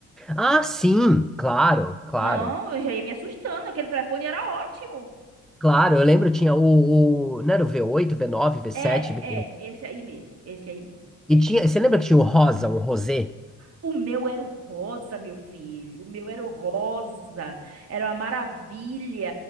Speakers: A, in the centre; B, on the right.
A: Ah, sim, claro, claro.
B: Não, eu já ia me assustando. Aquele telefone era ótimo.
A: Claro, eu lembro, tinha o, o- não era o v oito, v nove, v sete
B: É,
A: V...
B: é, esse aí mesmo, esse aí mesmo.
A: E tinha, você lembra que tinha o rosa, um rosé?
B: O meu era o rosa, meu filho. O meu era o rosa. Era uma maravilha.